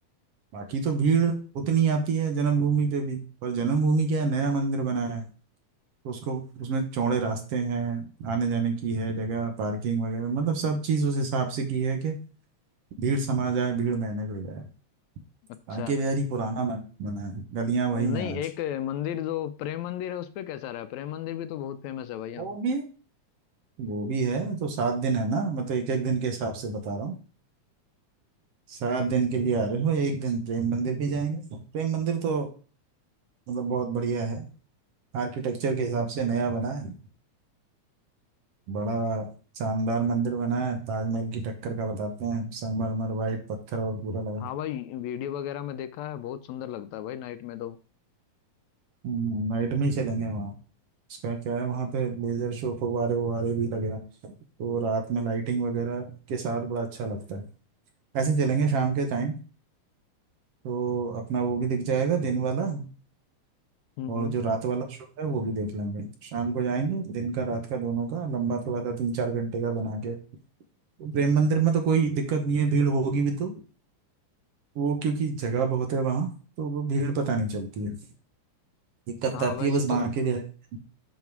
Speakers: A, on the right; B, on the left.
A: बाकी तो भीड़ उतनी आती है जन्मभूमि पे भी पर जन्मभूमि क्या है नया मंदिर बना है तो उसको उसमें चौड़े रास्ते हैं आने जाने की है जगह पार्किंग वगैरह मतलब सब चीज उस हिसाब से की है कि भीड़ समा जाए भीड़ मैनेज हो जाए
B: अच्छा
A: बांके बिहारी पुराना मंदिर बना है गलियां वही
B: नहीं
A: हैं आज
B: एक मंदिर जो प्रेम मंदिर है उस पे कैसा रहा प्रेम मंदिर भी तो बहुत फेमस है भाई यहाँ
A: वो
B: पे
A: भी वो भी है तो सात दिन है ना मैं तो एक एक दिन के हिसाब से बता रहा हूँ सात दिन के लिए आ रहे हो एक दिन प्रेम मंदिर भी जाएंगे प्रेम मंदिर तो मतलब बहुत बढ़िया है आर्किटेक्चर के हिसाब से नया बना है बड़ा शानदार मंदिर बना है ताजमहल की टक्कर का बताते हैं संगमरमर वाइट पत्थर और पूरा लगा
B: हाँ भाई वीडियो वगैरह में देखा है बहुत सुंदर लगता है भाई नाइट में तो
A: हम्म, नाइट में ही चलेंगे वहाँ उसका क्या है वहाँ पे लेजर शो को वारे वो वारे भी लगेगा तो रात में लाइटिंग वगैरह के साथ बड़ा अच्छा लगता है ऐसे चलेंगे शाम के टाइम तो अपना वो भी दिख जाएगा दिन वाला
B: हम्म
A: और
B: हम्म।
A: जो रात वाला शो है वो भी देख लेंगे शाम को जाएंगे दिन का रात का दोनों का लंबा थोड़ा सा तीन चार घंटे का बना के प्रेम मंदिर में तो कोई दिक्कत नहीं है भीड़ होगी भी तो वो क्योंकि जगह बहुत है वहाँ तो वो भीड़ पता नहीं चलती है दिक्कत
B: हाँ
A: आती
B: वैसे
A: है बस
B: तो
A: बांके बिहारी